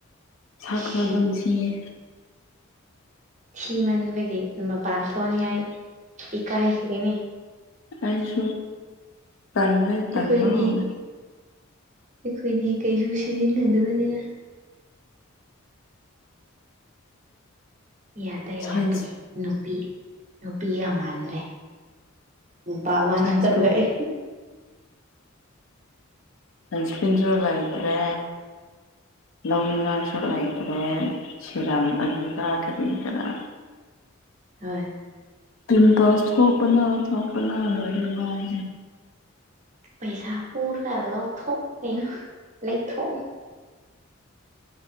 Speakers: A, on the left; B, on the right.
A: ꯁꯥꯈ꯭ꯔ
B: ꯑꯁ
A: ꯑꯗꯨꯝ ꯁꯤꯌꯦ
B: ꯁꯤ ꯃꯟꯕꯒꯤ ꯃꯄꯥꯟ ꯊꯣꯛꯅꯤꯡꯉꯥꯏ ꯏꯀꯥꯏꯈ꯭ꯔꯦꯅꯦ
A: ꯑꯩꯁꯨ ꯇꯟꯅꯦ ꯇꯟ
B: ꯑꯩꯈꯣꯏꯗꯤ
A: ꯑꯣꯏꯦ
B: ꯑꯩꯈꯣꯏꯗꯤ ꯀꯩꯁꯨ ꯁꯤꯖꯤꯟꯅꯗꯕꯅꯤꯅ ꯌꯥꯗ꯭ꯔꯦ
A: ꯁꯟꯁ
B: ꯌꯥꯗ꯭ꯔꯦ ꯅꯨꯄꯤ ꯅꯨꯄꯤꯒ ꯃꯥꯟꯗ꯭ꯔꯦ ꯎ ꯄꯥꯃꯅ
A: ꯁꯟꯁꯀ꯭ꯔꯤꯟ
B: ꯂꯩ
A: ꯁꯪꯁꯄꯤꯟꯁꯨ ꯂꯥꯏꯗ꯭ꯔꯦ ꯂꯧꯅꯁꯨꯉꯥꯏꯇ꯭ꯔꯦ ꯁꯤꯔꯝ ꯑꯗꯨꯗ ꯀꯔꯤꯗꯔꯥ
B: ꯍꯣꯏ
A: ꯇꯝ ꯄꯁ ꯊꯣꯛꯄꯅ ꯊꯣꯛꯄꯅ ꯑꯗꯨ ꯃꯥꯁ
B: ꯄꯩꯁꯥ ꯄꯨꯔ ꯂꯧꯊꯣꯛꯑꯣ ꯀꯩꯅꯣ ꯂꯩꯊꯣꯛꯑꯣ